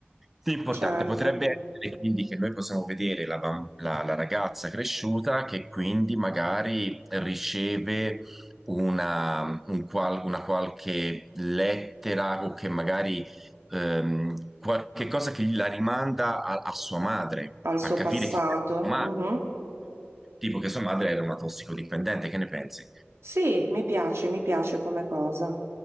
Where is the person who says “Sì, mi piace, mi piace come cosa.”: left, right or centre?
Right